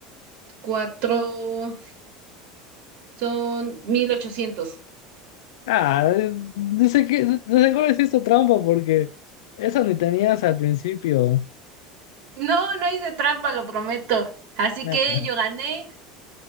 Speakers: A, on the right; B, on the left.
A: cuatro, son 1800.
B: Ah, dice que de seguro hiciste trampa porque eso ni tenías al principio.
A: No, no hice trampa, lo prometo. Así
B: Nah.
A: que yo gané.